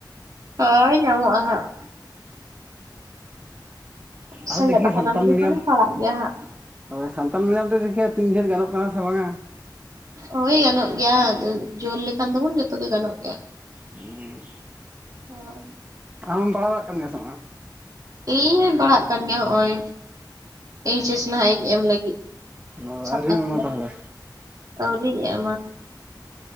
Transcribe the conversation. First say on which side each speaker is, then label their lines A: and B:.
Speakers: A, on the right; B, on the right.
A: ᱦᱳᱭ ᱧᱟᱢᱚᱜᱼᱟ ᱦᱟᱸᱜ ᱥᱮᱞᱮᱫ
B: ᱟᱨ ᱫᱮᱠᱷᱤ
A: ᱠᱟᱱᱟᱢ
B: ᱥᱟᱱᱛᱟᱞ
A: ᱡᱚᱠᱷᱚᱱᱮᱢ
B: ᱢᱤᱰᱤᱭᱟᱢ
A: ᱯᱟᱲᱟᱜ ᱜᱮᱭᱟ ᱦᱟᱸᱜ
B: ᱦᱳᱭ ᱥᱟᱱᱛᱟᱞ ᱢᱤᱰᱭᱟᱢ ᱛᱮ ᱫᱮᱠᱷᱤ ᱛᱤᱱᱟᱜ ᱡᱷᱟᱹᱞ ᱜᱟᱱᱚᱜ ᱠᱟᱱᱟ ᱥᱮ ᱵᱟᱝᱼᱟ
A: ᱦᱳᱭ ᱜᱟᱱᱚᱜ ᱜᱮᱭᱟ ᱡᱳᱨ ᱞᱮᱠᱷᱟᱱ ᱫᱚᱵᱚᱱ ᱡᱚᱛᱚ ᱜᱮ ᱜᱟᱱᱚᱜ ᱜᱮᱭᱟ᱾
B: ᱦᱩ
A: ᱦᱳᱭ
B: ᱟᱢᱮᱢ ᱯᱟᱲᱦᱟᱣ ᱵᱟᱲᱟᱜ ᱠᱟᱱ ᱜᱮᱭᱟ ᱥᱮ ᱵᱟᱝ
A: ᱤᱧ ᱦᱚᱧ ᱯᱟᱲᱦᱟᱜ ᱠᱟᱱ ᱜᱮᱭᱟ ᱦᱚᱜᱼᱚᱭ ᱮᱡ ᱮᱥ ᱱᱟᱦᱟᱜ ᱤᱧ ᱮᱢ ᱞᱟᱹᱜᱤᱫ
B: ᱚ
A: ᱥᱟᱛᱟᱥ
B: ᱟᱹᱣᱨᱤᱢ ᱮᱢᱟ
A: ᱨᱮ
B: ᱛᱟᱦᱚᱞᱮ
A: ᱟᱹᱣᱨᱤᱧ ᱮᱢᱟ